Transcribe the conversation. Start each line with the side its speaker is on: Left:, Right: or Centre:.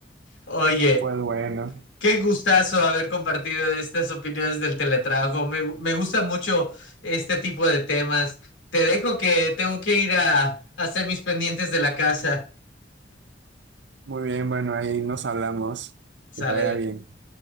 Left: Oye,
Right: Pues bueno,
Left: qué gustazo haber compartido estas opiniones del teletrabajo. Me, gu- me gusta mucho este tipo de temas. Te dejo que tengo que ir a, a hacer mis pendientes de la casa.
Right: muy bien, bueno, ahí nos hablamos.
Left: Sale.
Right: Que te vaya bien.